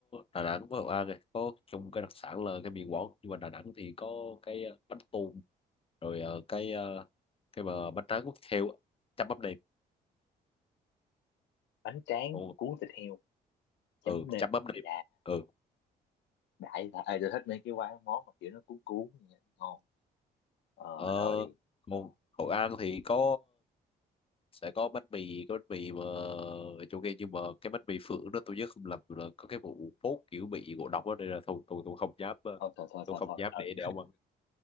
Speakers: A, on the left (about 30°); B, on the left (about 75°).
A: Đà Nẵng với Hội An này có chung cái đặc sản là cái mì Quảng nhưng mà Đà Nẵng thì có cái ờ, bánh tùm rồi ờ, cái ờ, cái mà bánh tráng quốc heo á, chấm mắm nêm
B: bánh tráng
A: ừ,
B: cuốn thịt heo chấm
A: ừ
B: mắm nêm
A: chấm mắm
B: Đây
A: nêm ừ
B: đại là à, tôi thích mấy cái quán món mà kiểu nó cuốn cuốn vậy, ngon ờ,
A: ờ,
B: rồi
A: còn
B: ờ,
A: Hội An thì có sẽ có bánh mì cái bánh mì mà ở chỗ kia nhưng mà cái bánh mì phượng đó tôi nhớ không lầm là có cái vụ phốt kiểu bị ngộ độc đó đây là tôi tôi tôi không dám ờ,
B: thôi thôi thôi
A: tôi
B: thôi
A: không
B: thôi
A: dám
B: ừ
A: để để ông ăn